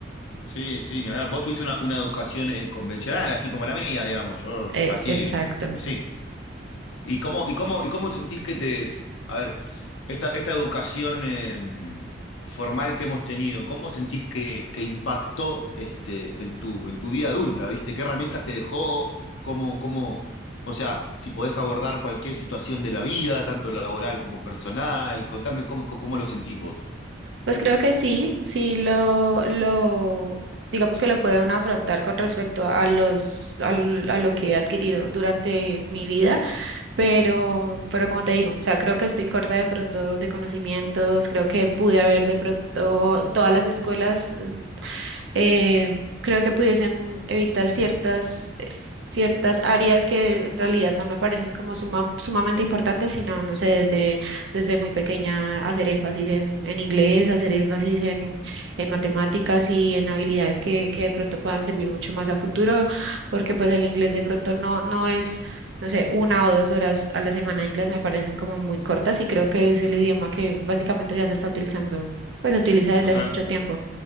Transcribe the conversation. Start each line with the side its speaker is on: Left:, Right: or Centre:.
Left: sí, sí, ni hablar. Vos tuviste una, una educación eh, convencional, así como la mía, digamos, yo
Right: Eh,
Left: así,
Right: exacto.
Left: sí. ¿Y cómo, y cómo, y cómo sentís que te... A ver, esta, esta educación eh, formal que hemos tenido, ¿cómo sentís que, que impactó este, en tu, en tu vida adulta? ¿Viste? ¿Qué herramientas te dejó? ¿Cómo, cómo, o sea, si podés abordar cualquier situación de la vida, tanto laboral como personal, contame cómo, cómo lo sentís vos.
Right: Pues creo que sí, sí lo, lo, digamos que lo puedo uno afrontar con respecto a los, al- a, lo que he adquirido durante mi vida, pero, pero como te digo, o sea, creo que estoy corta de pronto de conocimientos, creo que pude haber de pronto todas las escuelas. mm, eh, creo que pudiesen evitar ciertas, eh, ciertas áreas que en realidad no me parecen como suma- sumamente importantes, sino, no sé, desde, desde muy pequeña hacer énfasis en, en inglés, hacer énfasis en, en matemáticas y en habilidades que, que de pronto puedan servir mucho más a futuro, porque pues el inglés de pronto no, no es... No sé, una o dos horas a la semana de inglés me parecen como muy cortas y creo que es el idioma que básicamente ya se está utilizando, pues se utiliza desde
Left: Total,
Right: hace mucho tiempo.